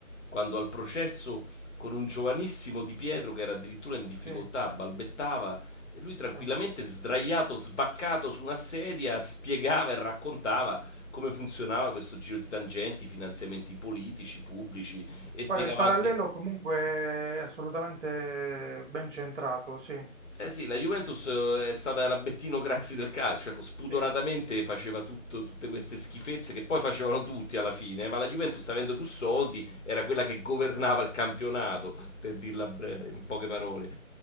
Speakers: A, on the left; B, on the right.
A: quando al processo con un giovanissimo Di Pietro che era addirittura in difficoltà,
B: Sì,
A: balbettava, e lui tranquillamente
B: sì.
A: sdraiato, sbaccato su una sedia, spiegava e raccontava come funzionava questo giro di tangenti, finanziamenti politici, pubblici, e spiegava
B: Guarda, il parallelo
A: anche...
B: comunque è assolutamente ben centrato, sì.
A: Eh sì, la Juventus eh, è stata la Bettino Craxi del calcio, ecco, spudoratamente
B: Sì.
A: faceva tutto- tutte queste schifezze che poi facevano tutti alla fine, ma la Juventus avendo più soldi era quella che governava il campionato, per dirla bre- in poche parole.